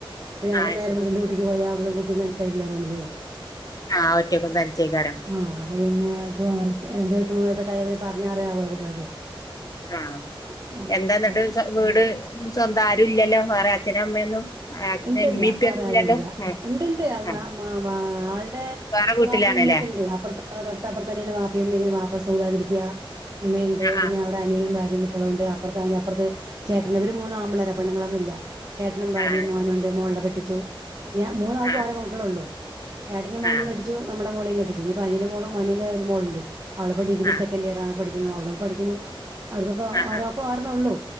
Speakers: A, on the right; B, on the left.
A: അപ്പഴ് അവൻ
B: ആ
A: നേരം
B: ശരി
A: വെള്ത്ത് ഡ്യൂട്ടിക്ക് പോയാ ഓളും കുട്ടീം തനിച്ചാരിക്കില്ലേ റൂമില്
B: ആ ഒറ്റക്കും തനിച്ചേക്കാരം
A: ആ അപ്പപിന്നെ <unintelligible> ച്ചേ രണ്ടു വയസ്സ് മൂന്ന് വയസക്ക ആയാൽ പിന്നെ പറഞ്ഞാ അറിവാവല്ലോ കുട്ടികൾക്ക്
B: ആ
A: ഉം,
B: എന്താ
A: അപ്പൊ
B: എന്നിട്ട് ച്ച വീട് സ്വന്തം ആരുല്ലല്ലോ വേറെ അച്ഛനും അമ്മയൊന്നും അച്ഛനും
A: ഇല്ലയില്ല
B: ഇമ്മിപ്പൊന്നും
A: വേറെ ആരും
B: ഇല്ലല്ലോ
A: ഇല്ല
B: ഉം
A: ഇണ്ട്ണ്ട് അ വ
B: ഉം
A: മാ വ- ആൾടെ
B: വേറെ വീട്ടിലാണല്ലേ
A: വാപ്പേം ഉമ്മേക്കെണ്ട് അപ്പുറത്ത തൊട്ടപ്പുറത്തന്നെയാണ് വാ പ്പേം പിന്നെ വാപ്പ സുഖയില്ലാതിരിക്കയാ ഉമ്മേയിണ്ട്
B: ആ
A: പിന്നെ അവിടെ അനിയനും ഭാര് കുട്ടികളുണ്ട് അപ്പറത്ത് അതിന് അപ്പറത്ത് ചേട്ടനും മൂന്ന് ആമ്പിള്ളേരാ പെണ്ണിങ്ങളൊന്നും ഇല്ല ചേട്ടണും ഭാര്യേം-
B: ആ ആ
A: ണ്ട് മോൾട കെട്ടിച്ചു ഞാ മൂന്നാൾക്കും
B: ആ
A: ഓരോ പെൺകുട്ടികളെയുള്ളൂ ഏട്ടന്റെ മോളിലേ
B: ആ
A: കെട്ടിച്ചു ഇവിട മോളെയും കെട്ടിച്ചു ഇനിപ്പ അനിയന്റെ മോളും അനിയന്റെ വേറൊരു മോളുണ്ട് അവളിപ്പോ ഡിഗ്രി
B: ആ
A: സെക്കന്റ്‌ ഇയർ ആണ് പഠിക്കണ് ഓളും പഠിക്കണം അവർക്കൊക്കെ
B: ആ
A: ഓരോകൊ
B: ആ
A: ഓരന്നേയുള്ളൂ